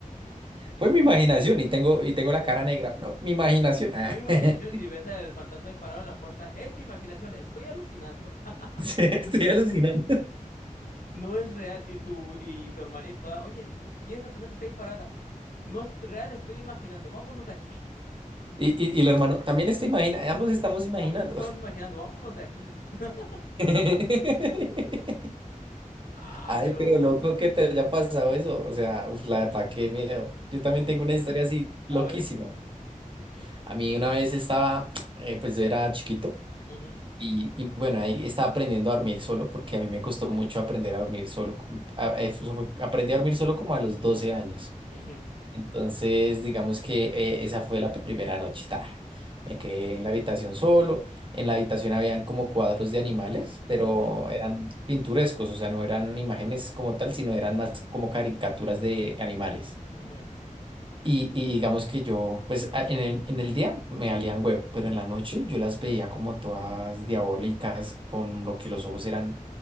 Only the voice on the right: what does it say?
fue mi imaginación y tengo, y tengo la cara negra. No, mi imaginación. Ah,
<laughs>
Sí, Estoy alucinando.
Y, y, y el hermano, también está imagina, ambos estamos imaginando.
<laughs>
Ay,
pero loco que te haya pasado eso. O sea, uf, la verdad, qué miedo. Yo también
tengo una historia así loquísima.
A mí una vez estaba, <tsk> eh, pues yo era chiquito
y, y bueno, ahí estaba aprendiendo a dormir solo porque a mí me costó mucho aprender a dormir solo. A- eso fue- aprendí a dormir solo como a los 12 años.
Entonces, digamos que eh, esa fue la primera noche. ta. Me quedé en la habitación solo. En la habitación habían como cuadros de animales, pero
eran pintorescos, o sea, no eran imágenes como tal, sino eran más como caricaturas de animales.
Y, y digamos que yo, pues a- en el, en el día me valían huevo, pero en la noche yo las veía como todas diabólicas, con lo que los ojos eran